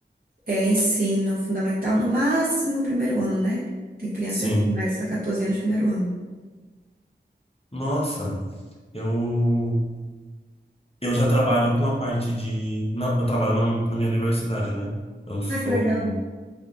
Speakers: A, on the right; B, on the left.
A: é ensino fundamental, no máximo o primeiro ano, né? Tem criança
B: Sim.
A: que começa a 14 anos, primeiro ano.
B: Nossa, eu. Eu já trabalho com a parte de. na- eu trabalho na, na minha universidade, né? Eu sou.
A: Ah, que legal.